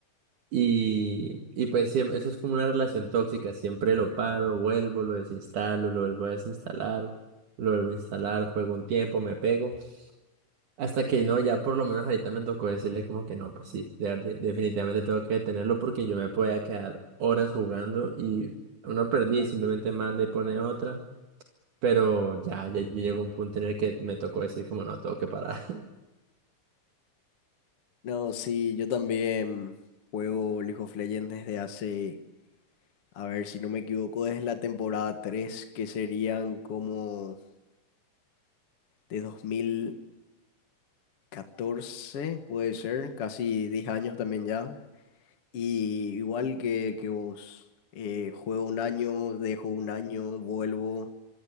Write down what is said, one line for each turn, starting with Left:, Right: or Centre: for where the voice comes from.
Right: y, y pues siem- eso es como una relación tóxica, siempre lo paro, vuelvo, lo desinstalo, lo vuelvo a desinstalar, lo vuelvo a instalar, juego un tiempo, me pego. Hasta que no, ya por lo menos ahorita me tocó decirle como que no, pues sí, de- de- definitivamente tengo que detenerlo porque yo me podía quedar horas jugando y uno perdía y simplemente manda y pone otra, pero ya, ya, ya llegó un punto en el que me tocó decir como no, tengo que parar. <laughs>
Left: No, sí, yo también juego League of Legends desde hace, a ver si no me equivoco, desde la temporada 3, que serían como de dos mil. catorce puede ser, casi 10 años también ya. Y igual que, que vos, eh, juego un año, dejo un año, vuelvo.